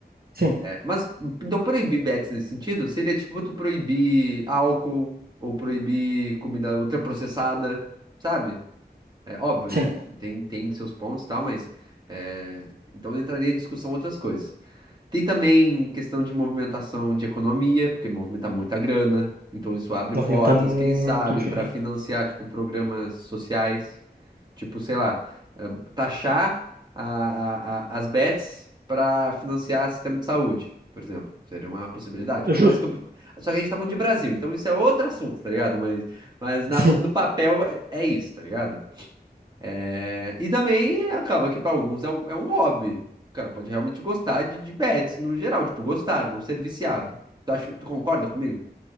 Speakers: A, on the right; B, on the right.
A: Sim,
B: Mas então proibir bets nesse sentido seria tipo tu proibir álcool ou proibir comida ultraprocessada, sabe? É óbvio,
A: sim.
B: né? Tem, tem seus pontos e tal, mas é, então entraria em discussão outras coisas. Tem também questão de movimentação de economia, porque movimenta muita grana, então isso abre
A: Movimentar
B: portas,
A: muito
B: quem sabe,
A: dinheiro.
B: para financiar tipo programas sociais. Tipo, sei lá, eh, taxar a- a- a- as bets para financiar sistema de saúde, por exemplo. Seria uma possibilidade.
A: É
B: Por
A: justo.
B: mais que eu... Só que a gente tá falando de Brasil, então isso é outro assunto, tá ligado? Mas, mas na-
A: Sim.
B: no papel é, é isso, tá ligado? É, e também é, acaba que para alguns é, um é um hobby. O cara pode realmente gostar de, de bets no geral, tipo, gostar, não ser viciado. Tu acha, que- tu concorda comigo?